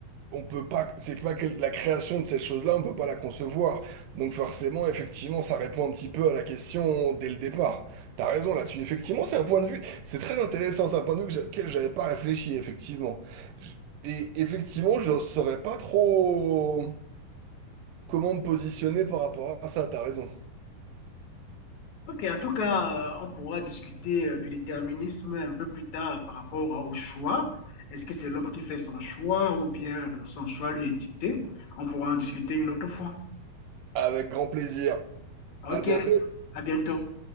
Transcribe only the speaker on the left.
Ok, en tout cas, euh, on pourra discuter euh, du déterminisme un peu plus tard par rapport euh, au choix. Est-ce que c'est l'homme qui fait son choix ou bien son choix lui est dicté? On pourra en discuter une autre fois.
Ok,
à bientôt.